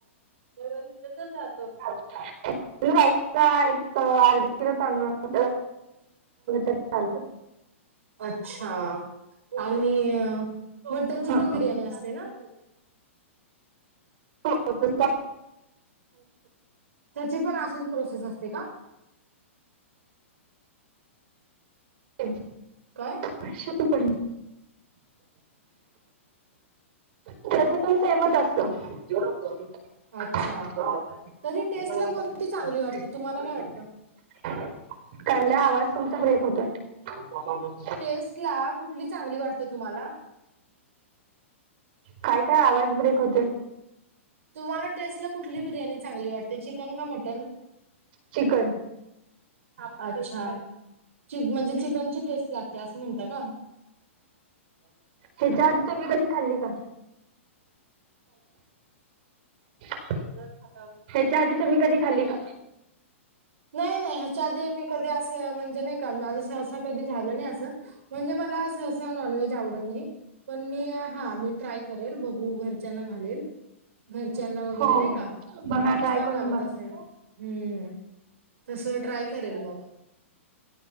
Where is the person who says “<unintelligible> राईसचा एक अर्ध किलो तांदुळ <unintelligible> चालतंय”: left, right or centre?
Right